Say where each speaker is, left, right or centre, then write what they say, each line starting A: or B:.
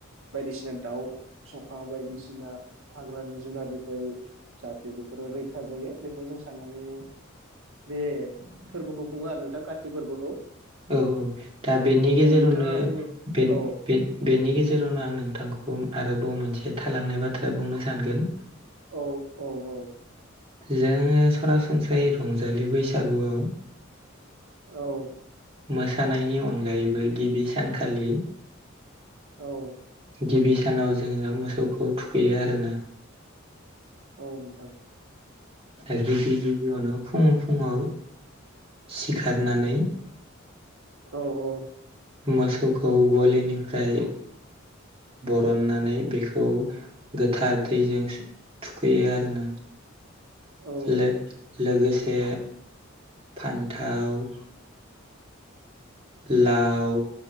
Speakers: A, on the right; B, on the right.
A: बायदिसिना दाउ सखा बायदिसिना हाग्रानि जुनारनिफ्राय जाहाथे बेफोरो रैखा जायो बेखौ जों साननानै बे फोरबोखौ खुङो आरो नोंथां काति फोरबोखौ
B: औ औ दा बेनि गेजेरावनो
A: औ नोंथाङा बुं
B: बेनि
A: औ
B: बे बेनि गेजेरावनो आं नोंथांखौ आरोबाव मोनसे थालांनाय बाथ्रा बुंनो सानगोन
A: औ औ औ
B: जोङो सरासनस्रायै रंजालि बैसागुआव
A: औ
B: मोसानायनि अनगायैबो गिबि सानखालि
A: औ
B: गिबि सानाव जोङो मोसौखौ थुखैयो आरो ना
A: औ नोंथा
B: आरो गिबि गिबियावनो फुुं फुङाव सिखारनानै
A: औ औ
B: मोसौखौ गलिनिफ्राय बरननानै बेखौ गोथार दैजों थुखैयो आरो ना
A: औ
B: लो लोगोसे फान्थाव लाव